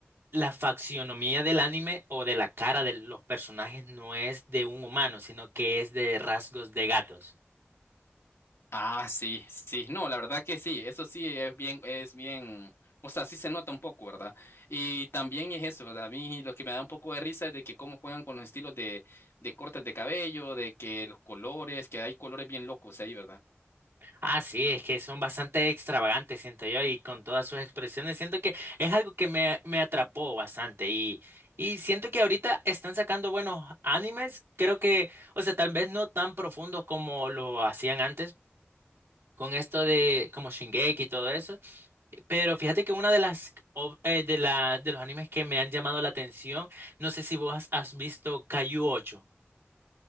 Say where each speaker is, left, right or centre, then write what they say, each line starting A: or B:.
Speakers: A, on the right (about 85°); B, on the left (about 80°).
A: la faccionomía del anime o de la cara de los personajes no es de un humano, sino que es de rasgos de gatos.
B: Ah, sí, sí, no, la verdad que sí, eso sí es bien, es bien, o sea, sí se nota un poco, ¿verdad? Y también es eso, ¿verdad? A mí lo que me da un poco de risa es de que cómo juegan con los estilos de, de cortes de cabello, de que los colores, que hay colores bien locos ahí, ¿verdad?
A: Ah, sí, es que son bastante extravagantes, siento yo, y con todas sus expresiones, siento que es algo que me, me atrapó bastante y, y siento que ahorita están sacando buenos animes, creo que, o sea, tal vez no tan profundos como lo hacían antes con esto de como Shingeki y todo eso, pero fíjate que una de las ov- eh, de la, de los animes que me han llamado la atención, no sé si vos has, has visto Kaiju 8.